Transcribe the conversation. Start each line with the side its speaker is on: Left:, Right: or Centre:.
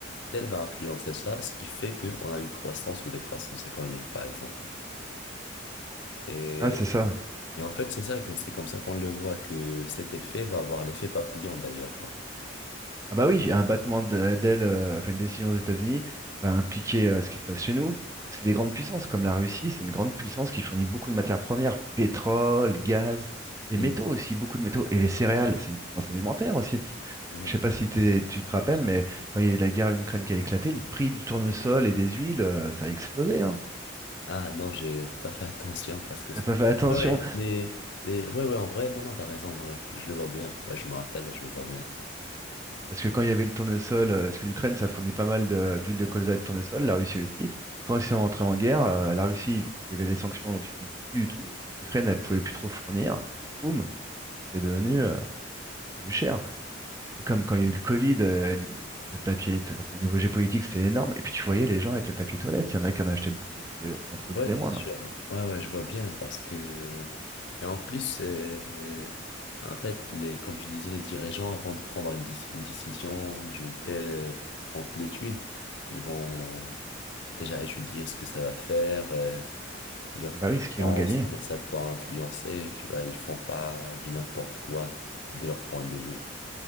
Left: Tel va influencer ça, ce qui fait qu'on a une croissance ou des croissances économiques, par exemple. Et,
Right: Ah, c'est ça.
Left: et en fait, c'est ça que c'est comme ça qu'on le voit que cet effet va avoir l'effet papillon d'ailleurs, ouais.
Right: Ah bah oui, un battement de- d'ailes, euh, enfin une décision aux États-Unis va impliquer euh, ce qui se passe chez nous. C'est des grandes puissances, comme la Russie, c'est une grande puissance qui fournit beaucoup de matières premières, pétrole, gaz, des
Left: Hmm,
Right: métaux aussi, beaucoup de métaux, et les céréales, c'est une puissance alimentaire aussi.
Left: ouais.
Right: Je sais pas si t'es- tu te rappelles, mais quand il y a eu la guerre en Ukraine qui a éclaté, le prix du tournesol et des huiles, euh, ça a explosé, hein.
Left: Ah non, j'ai pas fait attention parce que
Right: T'as
Left: c'est.
Right: pas fait attention.
Left: Ouais, ouais, les, les... ouais, ouais, en vrai, non, non, t'as raison, ouais, ouais, je le vois bien, ouais, je me rappelle, je le vois bien.
Right: Parce que quand il y avait le tournesol, euh, parce que l'Ukraine, ça fournit pas mal de- d'huile de colza et de tournesol, la Russie aussi. Et quand ils sont entrés en guerre, euh, la Russie, il y avait les sanctions, donc ils fournissaient plus du tout. L'Ukraine, elle pouvait plus trop fournir. Boum, c'est devenu euh, devenu cher. C'est comme quand il y a eu le Covid, euh, le papier, t- enfin, au niveau géopolitique, c'était énorme. Et puis tu voyais les gens avec le papier toilette, il y en a qui en achetaient beaucoup, parce qu'on en produisait
Left: Ouais, c'est
Right: moins.
Left: sûr.
Right: non, mais
Left: Ouais, ouais, je vois bien parce que. Et en plus, euh, en fait, les, comme tu disais, les dirigeants, avant de prendre une, dis- une décision d'une telle euh, amplitude, ils vont déjà étudier ce que ça va faire, euh, leur
Right: Ah Bah
Left: puissance,
Right: oui, ce qu'ils vont gagner.
Left: comment ça peut influencer. Tu vois, ils font pas du n'importe quoi de leur point de vue.